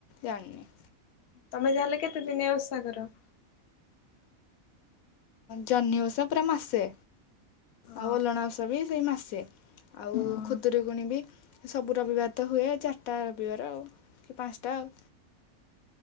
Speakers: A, on the left; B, on the left.
A: ଜାଣିନି।
B: ତମେ ତାହଲେ କେତେ ଦିନିଆ ଓଷା କର।
A: ଜହ୍ନି ଓଷା ପୁରା ମାସେ,
B: ହଁ
A: ଆଉ ଅଲଣା ଓଷା ବି ସେଇ ମାସେ। ଆଉ
B: ହଁ।
A: ଖୁଦୁରୁକୁୁଣି ବି ସବୁ ରବିବାର ତ ହୁଏ, ଚାରିଟା ରବିବାର ଆଉ। ପାଶଂଟା ଆଉ।